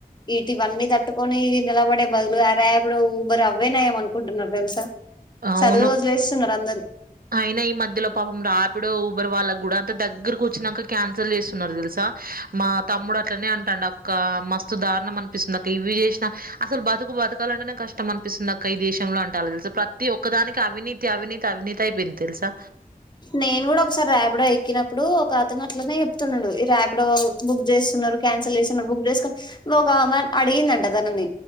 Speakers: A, on the left (about 30°); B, on the right (about 75°).
A: ఇీటివన్నీ తట్టుకొని నిలబడే బదులు రాేపుడు ఊబరు అవ్వేనాయము అనుకుంటున్నారు తెలుసా
B: అవును
A: చదువు వదిలేస్తున్నారు అందరు
B: అయినా ఈ మధ్యలో పాప రాపిడో ఊబర్ వాళ్ళకు కూడా అంత దగ్గరకు వచ్చినాక క్యాన్సల్ చేస్తున్నారు తెలుసా మా తమ్ముడు అట్లా అంటున్నాడు అక్కా మస్తు దారుణం అనిపిస్తుంది అ ఇవి చేసినా అస బతుకు బతకాలంటేనే కష్టం అనిపిస్తుంది అక్క ఈ దేశంలో అంటాల తెలుస ప్రతి ది ఒక్కదానికి అవినీతి అవినీతి అవినీతి అయిపోయింది తెలుసా
A: నేను కూడా ఒకసారి ర్యాపిడో ఎక్కినప్పుడు ఒక అతను అట్లనే చెప్తున్నాడు ఈ రాపిడో బుక్ చేస్తున్నారు క్యాన్సిల్ చేస్తున్నారు బుక్ చేసుకోని ఒకామె అడిగిందంట తననీ